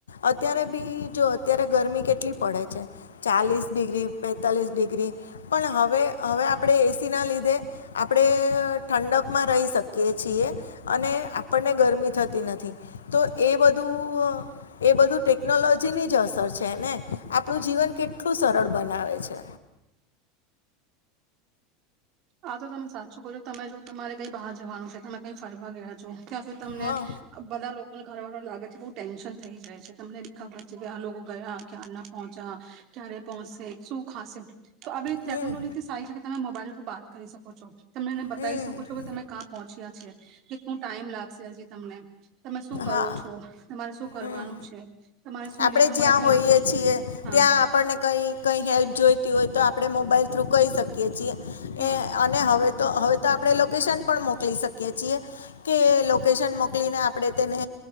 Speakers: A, on the left; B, on the right.
A: અત્યારે બી જો અત્યારે ગરમી કેટલી પડે છે. ચાલીસ ડિગ્રી. એકતાલીસ ડિગ્રી પણ હવે હવે આપણે એ ના લીધે આપણે આપણે ઠંડકમાં રહી શકીએ. છીએ અને આપ મને ગરમી થતી નથી તો એ બધું એ બધું ટેકનોલોજી ની જ અસર છેને આપણું જીવન કેટલું સરળ બનાવે છે.
B: આ તો તમે સાચું કરજો તમે જો તમારે કઈ બહાર જવાનું છે તમે કઈ ફરવા ગયા છો? ત્યાં તો તમને
A: હા
B: બધા લોકોને કરવાનું લાગે છે બહુ ટેન્શન થઈ જાય છે. તમને બી ખબર છે કે આ લોકો ગયા ક્યાં પહોંચ્યા, ક્યારે પહોંચશે શું ખાશે? તો અ આવીવે ટેકનોલોજ
A: હમ
B: થી સાાય તમે મોબાઈલ પર વાત કરી શકો છો? તમે એને બતાવી
A: હમ
B: શકો છો કે તમે ક્યાં પહોંચ્યા? છે. કેટલું ટાઈમ લાગશે હજી તમને? તમે શું કરો
A: હા
B: છો? તમારે શું? કરવાનું
A: હમ,
B: છે તમારે શું
A: આપડે
B: લી તમારે
A: જ્યાં
B: કઈ
A: હોઈએ છીએ
B: હા
A: ત્યાં આપણને કંઈ કંઈ હેલ્પ જોઈતી હોય તો આપણે મોબાઈલ થ્રુ કહી શકીએ છીએ.
B: હા
A: એ અને હવે તો હવે તો આપણે લોકેશન પણ મોકલી શકીએ છીએ કે લોકેશન મોકલીને આપ? આપણે તેને